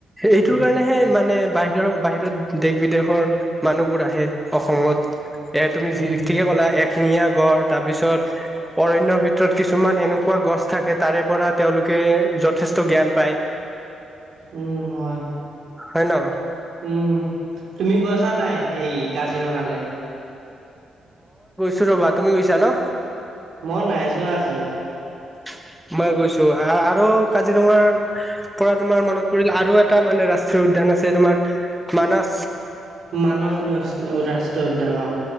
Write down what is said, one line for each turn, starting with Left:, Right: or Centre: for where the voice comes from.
Centre: এইটোৰ
Right: উম,
Centre: কাৰণেহে মানে বাহিৰৰ বাহিৰত দেশ বিদেশৰ মানুহবোৰ আহে অসমত। এ তুমি
Right: উম,
Centre: ঠিকে ক'লা এক শিঙিয়া গড়, তাৰ পিছত অৰণ্যৰ ভিতৰত কিছুমান এনেকুৱা গছ থাকে তাৰে পৰা তেওঁলোক কে যথেষ্ট জ্ঞান পায়।
Right: উম, হয়
Centre: হয় ন
Right: উম, তুমি গৈছা নাই সেই কাজিৰঙালে।
Centre: চ ৰ'বা তুমি গুইছা ন?
Right: মই নাই যোৱা আজিলে।
Centre: <inaudible> মই গৈছো আৰু কাজিৰঙাৰ পৰা তোমাৰ মনত পৰিল আৰু এটা মানে ৰাষ্ট্ৰীয় উদ্যান। খন আছে তোমাৰ মানছ
Right: মানস নে ৰাষ্ট্ৰীয় উদ্যান অ',